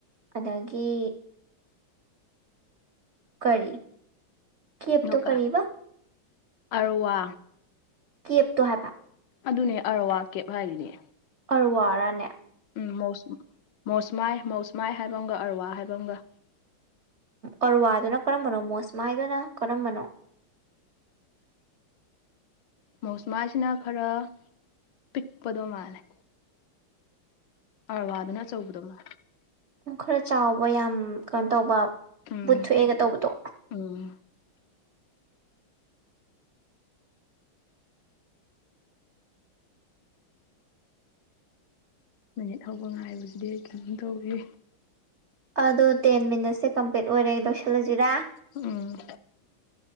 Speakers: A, on the right; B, on the left.
A: ꯑꯗꯒꯤ ꯀꯔꯤ꯫ ꯀꯦꯞꯇꯣ
B: ꯅꫭꯀ
A: ꯀꯔꯤꯕ
B: ꯑꯔꫭꯋꯥ꯫
A: ꯀꯦꯞꯇꯣ ꯍꯥꯏꯕ꯫
B: ꯑꯗꯨꯅꯦ ꯑꯔꯋꯥ ꯀꯦꯞ ꯍꯥꯏꯔꯤꯅꯦ꯫
A: ꯑꯔꫭꯋꯥ ꯔꯅꯦ꯫
B: ꯎꯝ ꯃꫭꯁ ꯃꯧꯁꯃꯥꯏ ꯃꯧꯁꯃꯥꯏ ꯍꯥꯏꯕ ꯑꯃꯒ ꯑꯔꯋꯥ ꯍꯥꯏꯕ ꯑꯃꯒ꯫
A: ꯑꯔꯋꯥꯗꯨꯅ ꯀꯔꯝꯕꯅꯣ ꯃꯣꯁꯃꯥꯏꯗꯨꯅ ꯀꯔꯝꯕꯅꯣ꯫
B: ꯃꯧꯁꯃꯥꯁꯤꯅ ꯈꯔ ꯄꯤꯛꯄꯗꯣ ꯃꯥꯜꯂꯦ꯫ ꯑꯥꯔꯋꯥꯗꯨꯅ ꯑꯆꯧꯕꯗꯣ ꯃꯥ꯫
A: ꯎ ꯈꯔ ꯆꯥꯎꯕ ꯌꯥꯝ ꯀꯩꯅꯣ ꯇꯧꯕ
B: ꯎꯝ
A: ꯕꯨꯠ ꯊꯣꯛꯑꯦꯒ ꯇꯧꯕꯗꯣ꯫
B: ꯎꯝ ꯃꯤꯅꯤꯠ ꯍꯧꯕ ꯉꯥꯏꯕꯁꯤꯗꯤ ꯑꯩ ꯀꯩꯅꯣꯝ ꯇꯧꯋꯦ꯫
A: ꯑꯗꯣ ꯇꯦꯟ ꯃꯤꯅꯠꯁꯁꯦ ꯀꯝꯄ꯭ꯂꯤꯠ ꯑꯣꯏꯔꯦ ꯂꯣꯏꯁꯤꯜꯂꯖꯤꯔꯥ꯫
B: ꯎꯝ꯫